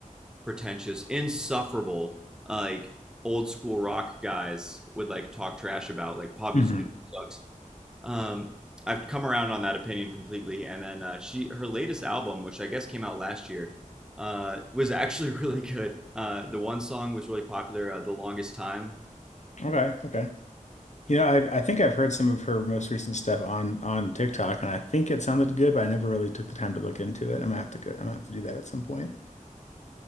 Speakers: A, in the centre; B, on the left.
A: pretentious, insufferable like old school rock guys would like talk trash about, like pop
B: hmm
A: music sucks um, I've come around on that opinion completely. And then uh, she, her latest album, which I guess came out last year, uh, was <laughs> actually really good. Uh, the one song was really popular, uh, "The Longest Time."
B: Okay. Okay. You know, I I think I've heard some of her most recent stuff on on TikTok, and I think it sounded good, but I never really took the time to look into it. I'm gonna have to go. I'm gonna have to do that at some point.